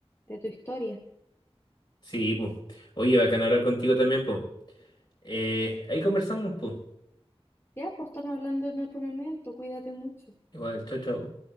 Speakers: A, on the left (about 25°); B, on the left (about 45°).
A: de tu historia.
B: sí, po. Oye, bacán hablar contigo también, po. Eh, ahí conversamos, po.
A: Ya, pues estamos hablando en otro momento, cuídate mucho.
B: Igual, chao, chao.